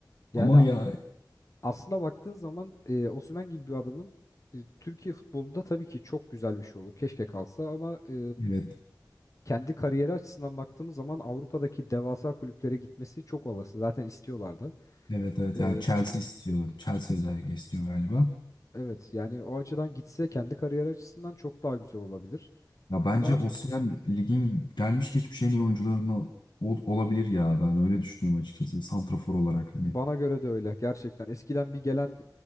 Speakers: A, on the left; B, on the left.
A: Yani
B: Ama ya
A: aslına baktığın zaman e, Osimhen gibi bir adamın e, Türkiye futbolunda tabii ki çok güzel bir şey olur. Keşke kalsa ama e,
B: evet
A: kendi kariyeri açısından baktığımız zaman Avrupa'daki devasa kulüplere gitmesi çok olası. Zaten istiyorlar da.
B: evet evet
A: E,
B: ya Chelsea istiyor. Chelsea özellikle istiyor galiba.
A: evet yani o açıdan gitse kendi kariyeri açısından çok daha güzel olabilir.
B: Ya bence
A: ama
B: Osimhen ligin gelmiş geçmiş en iyi oyuncularından ol- olabilir ya. Ben öyle düşünüyorum açıkçası. Santrafor olarak hani.
A: Bana göre de öyle gerçekten. Eskiden bir gelen